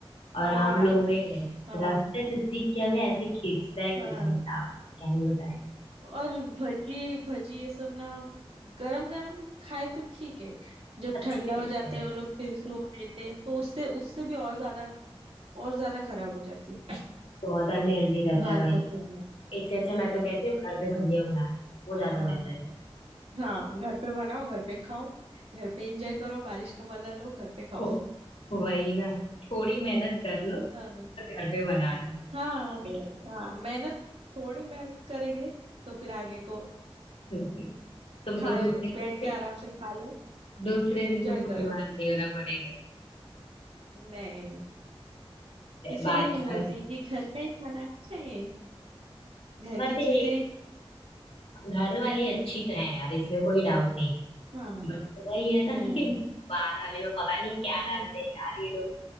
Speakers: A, on the left; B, on the right.
A: और
B: हाँ
A: हम लोहे हैं
B: हाँ
A: रास्ते से दिख क्या गया ऐसे खींचता है
B: हाँ
A: कि भाई साहब क्या ही बताएं
B: और भजी भजी ये सब ना गरम गरम खाए तो ठीक है जब
A: अच्छे
B: ठंडा
A: भी लगते
B: हो जाते
A: हैं
B: हैं वो लोग फिर से वो देते हैं तो उससे उससे भी और ज्यादा और ज्यादा खराब हो जाती
A: बहुत अनहेल्दी रहता
B: बाहर
A: है भाई
B: का फूड में
A: इससे अच्छा
B: हम्म
A: मैं तो कहती हूँ घर पे भजिया बना लो,
B: हाँ
A: वो ज्यादा बेहतर है
B: हाँ घर पे बनाओ घर पे खाओ घर पे एंजॉय करो बारिश का मजा लो घर पे खाओ
A: हो वही ना थोड़ी मेहनत कर लो
B: हाँ
A: पर घर पे बना लो
B: हाँ हाँ मेहनत थोड़ी मेहनत करेंगे तो फिर आगे को
A: <laughs> तुमको
B: खाए
A: दूसरे
B: बैठ
A: दिन
B: के आराम से खा लो
A: दूसरे दिन
B: एंजॉय
A: तुमको
B: करो
A: बीमार नहीं होना पड़ेगा
B: नहीं नहीं
A: फिर
B: इसीलिए
A: बारिश
B: मैं बोलती
A: वाले
B: हूँ कि घर का ही खाना अच्छा ही है घर
A: वैसे
B: की चीजें
A: एक घर वाली
B: हम्म
A: अच्छी तो है यार इसमें कोई डाउट नहीं
B: हाँ
A: बट वही है ना
B: हम्म
A: कि बाहर वाले में पता नहीं क्या डालते
B: हम्म,
A: हैं यार ये लोग